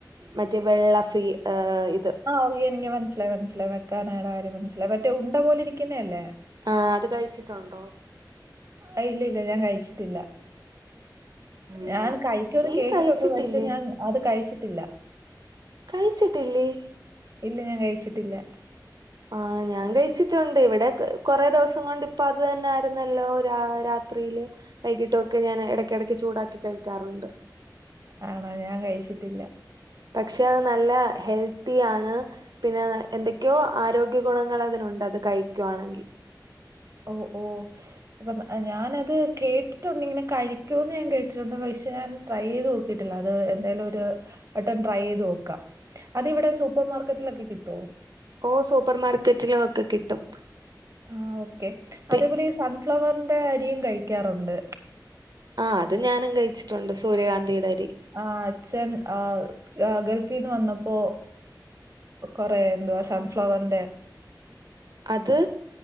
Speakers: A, on the right (about 60°); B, on the right (about 40°).
A: മറ്റേ വെള്ള ഫ്രീ ഏയ്
B: ആഹ് <unintelligible> എൻക്ക് മൻസ്സിലായ് മൻസ്സ് ലൊ മക്കാനേടെ കാര്യം മനസ്സിലി മറ്റേ ഉണ്ട പോല ഇരിക്കുന്ന അല്ലേ?
A: ആ അത് കഴിച്ചിട്ടുണ്ടോ?
B: അ ഇല്ല ഇല്ല ഞാൻ കഴിച്ചിട്ടില്ല
A: ഉം
B: ഞാൻ കഴിക്കൂന്ന്
A: നീ
B: കേട്ടിട്ടുണ്ട്
A: കഴിച്ചിട്ടില്ലേ
B: പക്ഷേ ഞാൻ അത് കഴിച്ചിട്ടില്ല
A: കഴിച്ചിട്ടില്ലേ
B: ഇല്ല ഞാൻ കഴി ച്ചിട്ട്ല്ലാ
A: ആഹ് ഞാൻ കഴ്ച്ചിട്ടുണ്ട് ഇവിടെ കൊറേ ദിവസം കൊണ്ട് ഇപ്പ അത് തന്നെ ആര്ന്നല്ലോ രാ രാത്രിയില് വൈകിട്ടൊക്കെ ഞാൻ എടെക്കെടെക്ക് ചൂടാക്കി കഴിക്കാറുണ്ട്
B: ആണോ ഞാൻ കഴ്ച്ചിട്ടില്ല
A: പക്ഷെ അത് നല്ല ഹെൽത്തി ആണ് പിന്നെ എന്തൊക്ക്യോ ആരോഗ്യ ഗുണങ്ങളതിനുണ്ട് അത് കഴിക്കുവാണെങ്കി
B: ഓ ഓ <unintelligible> ഞാനത് കേട്ടിട്ടുണ്ട് ഇങ്ങനെ കഴിക്കോന്ന് ഞാൻ കേട്ടിട്ടുണ്ട് പക്ഷെ ഞാൻ ട്രൈയ്യെയ്ത് നോക്കീട്ടില്ല അത് എന്തയാലും ഒര് വട്ടം ട്രൈയ്യെയ്താേക്കാം അത് ഇവിടെ സൂപ്പർ മാർക്കറ്റിലൊക്കെ കിട്ടാേ?
A: ഓ സൂപ്പർമാർക്കറ്റിലാേക്കെ കിട്ടും
B: ആ ഓക്കെ
A: പി
B: അതേപോലെ ഈ സൺഫ്ലവർ ന്റെ അരിയും കഴിക്കാറുണ്ട്
A: ആഹ് അത് ഞാനും കഴ്ച്ചിട്ടുണ്ട് സൂര്യകാന്തീടെ
B: ആഹ് അച്ഛൻ ആഹ് ആഹ് ഗൾഫീന്ന് വന്നപ്പോ കൊറേ എന്തുവാ സൺഫ്ലവർന്റെ
A: അത്